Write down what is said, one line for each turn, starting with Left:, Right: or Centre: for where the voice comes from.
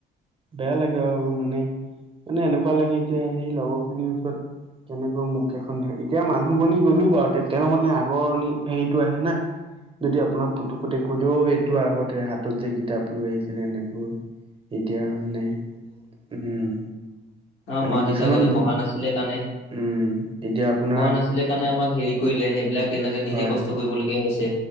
Right: বেয়া লাগে আৰু মানে। মানে এনেকুৱা লাগে এতিয়া সেই লগৰ খিনি ওচৰত কেনেকৈ মুখ কেইখন থাক। এতিয়া মানুহ বনি গ'লো বাৰু তেতিআওঁ মানে আগৰণি হেৰিটো আহে না। যদি আপোনাক পুটুকৈ দেখুৱাই দিও, এইটো আগতে হাতত যে কিতাপ লৈ আহিছিলে এনেকৈ। এতিয়া মানে, উম'।
Left: আ,
Right: মানে
Left: মা-দেউতা
Right: কিছুমান
Left: আগতে
Right: বু
Left: পহা নাছিলে কাণে।
Right: উম, এতিয়া আপোনাৰ
Left: পহা নাছিলে কাণে
Right: কি
Left: আমাক হেৰি কৰিলে, সেইবিলাক এনেকে নিজে
Right: হয়
Left: কষ্ট কৰিবলগীয়া হৈছে।